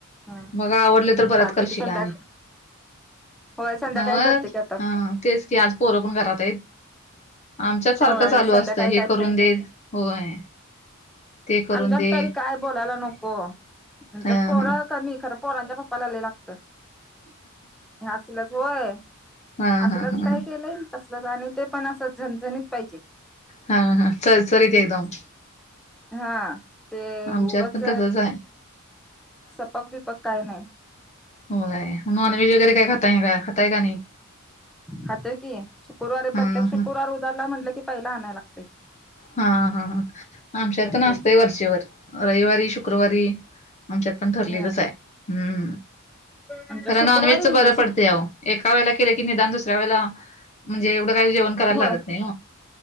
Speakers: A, in the centre; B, on the left.
A: हा
B: मग आवडलं तर परत
A: चालते
B: करशीला
A: की संध्या
B: आणि
A: होय संध्याकाळी
B: नवर
A: करते की आता
B: हा. तेच की आज पोरं पण घरात आहेत आमच्यात सारखं
A: होय
B: चालू
A: संध्याकाळी
B: असतं हे
A: काहीतरी
B: करून दे होय ते करून
A: आमच्यात
B: दे
A: तरी काय बोलायला नको <unintelligible> आच्यात
B: हा
A: पोर
B: हा
A: कमी खरं पोरांच्या पप्पाला लय लागतं. हे असलच होय
B: हा हा
A: असलच
B: हा
A: काय
B: ह
A: केलंय आणि तस आणि ते पण असं झणझणीत पाहिजे.
B: हा हा चरचरीत एकदम.
A: हा ते
B: आमच्यात
A: उगाच
B: पण तसच आहे
A: सपक बिपक काय नाही.
B: होय नॉन व्हेज वगैरे काय खाताय का खाताय का नाही.
A: खात कि शुक्रवार
B: हा
A: प्रत्येक
B: हा
A: शुक्रवार उजाडला म्हटलं की पहिला आणाय लागतय.
B: हा हा ह आमच्यात पण असतंय
A: तेच
B: वरचेवर रविवारी शुक्रवारी आमच्यात पण ठरलेलंच
A: ह
B: आहे हम्
A: आमच्या
B: खरा
A: शुक्रवारी
B: नॉन व्हेजच बरं
A: सुट
B: पडतय आओ. एका वळेला केले की निदान दुसऱ्या वेळेला म्हणजे एवढं काही जेवण करायला
A: होय
B: लागत नाही.